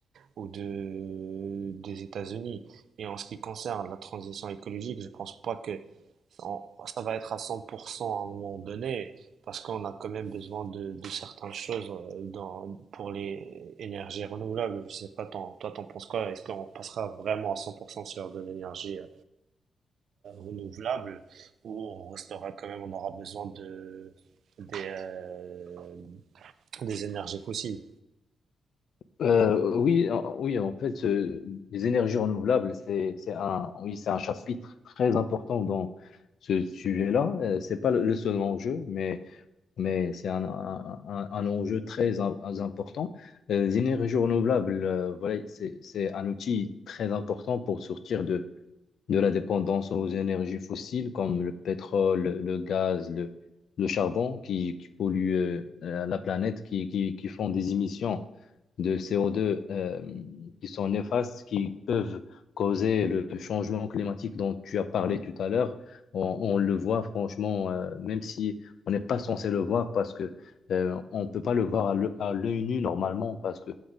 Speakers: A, on the right; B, on the left.
A: ou de, des États-Unis. Et en ce qui concerne la transition écologique, je pense pas que on- ça va être à 100% à un moment donné, parce qu'on a quand même besoin de, de certaines choses euh, dans, pour les énergies renouvelables. Je sais pas, t'en- toi, t'en penses quoi? Est-ce qu'on passera vraiment à 100% sur de l'énergie euh, renouvelable ou on restera quand même, on aura besoin de, des, euh, des énergies fossiles?
B: Euh, oui, en- oui, en fait, ce- les énergies renouvelables, c'est, c'est un, oui, c'est un chapitre très important dans ce sujet-là. Euh, c'est pas le le seul enjeu, mais mais c'est un, un- un- un enjeu très im- important. Euh, Les énergies renouvelables, euh, voilà, c'est c'est un outil très important pour sortir de, de la dépendance aux énergies fossiles comme le pétrole, le gaz, le, le charbon qui, qui polluent euh, euh, la planète, qui, qui, qui font des émissions de CO2 euh, qui sont néfastes, qui peuvent causer le changement climatique dont tu as parlé tout à l'heure. On, on le voit franchement, euh, même si on n'est pas censé le voir parce que euh, on ne peut pas le voir à l'œ- à l'œil nu normalement parce que